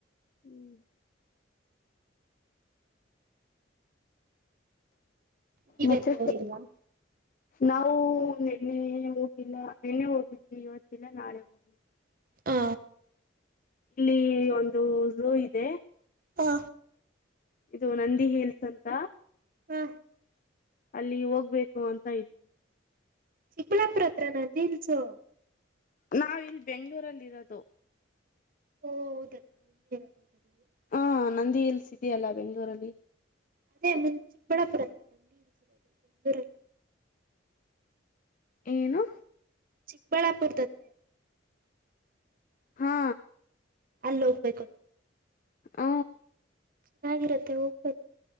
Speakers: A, on the left; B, on the right.
A: ಹ್ಮ್
B: ನೀವೆಲ್ಲೂ
A: ಮತ್ತೆ
B: ಹೋಗಲಿಲವಾ
A: ನಾವು ನಿನ್ನೆ ಹೋಗಿಲ್ಲ ನಿನ್ನೆ ಹೋಗಿದ್ವಿ ಇವತ್ತಿಲ್ಲ ನಾಳೆ ಹೋಗತೀವಿ
B: ಹ
A: ಇಲ್ಲಿ ಒಂದು ಝೂ ಇದೆ
B: ಹಾ
A: ಇದು ನಂದಿ ಹೇಲ್ಸ್ ಅಂತ
B: ಹ್ಮ
A: ಅಲ್ಲಿ ಹೋಗ್ಬೇಕು ಅಂತ ಇದ್ದೀವಿ
B: ಚಿಕ್ಕಳ್ಳಾಪುರ ಹತ್ರ ನ ದಿಲ್ಸು
A: ನಾವಿಲ್ಲಿ ಬೆಂಗ್ಗಳೂರಲ್ಲಿ ಇರೋದು
B: ಓ ಹೌದಲ್ಲ <unintelligible>
A: ಹ ನಂದಿ ಹಿಲ್ಸ್ ಇದೆಯಲ್ಲ ಬೆಂಗಳೂರಲ್ಲಿ
B: ಅದೇ ಮುಂದ್ ಚಿಕ್ಕಬಳ್ಳಾಪುರ <unintelligible>
A: ಏನು
B: ಚಿಕ್ಕಬಳ್ಳಾಪುರ್ದತ್
A: ಹಾ
B: ಅಲ್ಲ ಹೋಗ್ಬೇಕ
A: ಹ್
B: ಚೆನ್ನಾಗಿರತ್ತೆ ಹೋಗ್ಬೇ